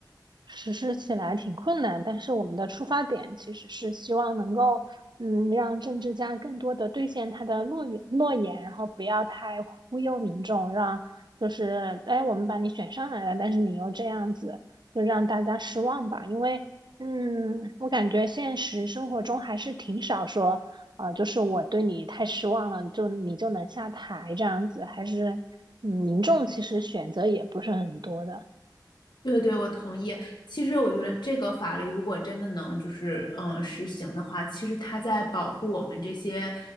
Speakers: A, on the right (about 80°); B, on the left (about 80°).
A: 实施起来挺困难，但是我们的出发点其实是希望能够，嗯，让政治家更多的兑现他的诺言诺言，然后不要太忽悠民众，让就是，哎，我们把你选上来了，但是你又这样子。就让大家失望吧，因为嗯，我感觉现实生活中还是挺少说，呃，就是我对你太失望了，就你就能下台这样子，还是，嗯，民众其实选择也不是很多的。
B: 对对，我同意。其实我觉得这个法律如果真的能就是嗯实行的话，其实它在保护我们这些